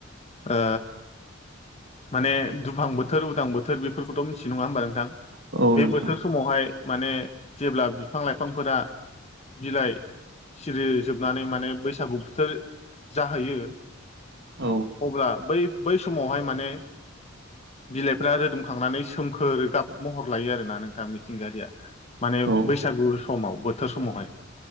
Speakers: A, on the left; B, on the right.
A: ओ माने दुफां बोथोर उदां बोथोर बेफोरखौथ मिथि नङा होमबा नोंथां।
B: औ
A: बे
B: नोंथां
A: बोथोर समावहाय। माने जेब्ला बिफां लाइफांफोरा बिलाइ सिरिजोबनानै माने बैसागु बोथोर जाहैयो।
B: औ
A: अब्ला बै। बै समावहाय माने बिलाइफ्रा रोदोमखांनानै सोमखोर गाब महर लायो आरोना नोंथां मिथिंगायारिया। माने
B: औ
A: बैसागु समाव बोथ दा समावहाय।